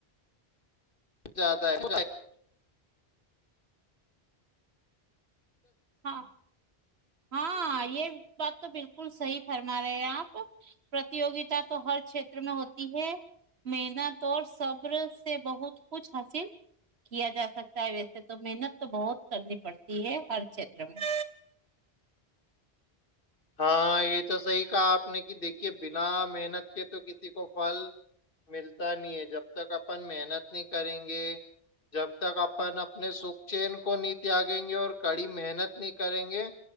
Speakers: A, on the left; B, on the right.
A: زیادہ ہے <inaudible>
B: ہاں ہاں یہ بات تو بالکل صحی فرما رہے ہیں آپ پرتوگتا تو ہر چھیتر میں ہوتی ہے محنت اور سبر سے بہت کچھ حاصل کیا جا سکتا ہے ویسے تو محنت تو بہت کرنی پڑتی ہے ہر چت میں <inaudible>
A: ہاں <inaudible> یہ تو صحیح کہا آپ نے کہ دیکھیے بنا محنت کے تو کسی کو فھل ملتا نہیں ہے جب تک اپن محنت نہیں کریں گے جب تک اپن اپنے سکھ چین کو نہیں تیاگیں گے اور کڑی محنت نہیں کریں گے